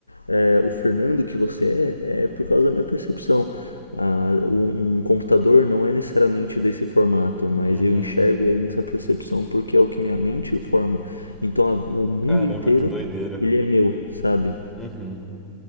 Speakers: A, on the left (about 85°); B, in the centre.
A: é, é, o Fernando que você é, é por causa da minha percepção. Ah, um, um computador não é necessariamente desse formato, mas
B: Uhum.
A: eu enxergo ele nessa percepção porque é o que minha mente forma. Então, a- o mundo
B: Caramba,
A: inteiro,
B: que doideira.
A: ele é meu, sabe?
B: Uhum.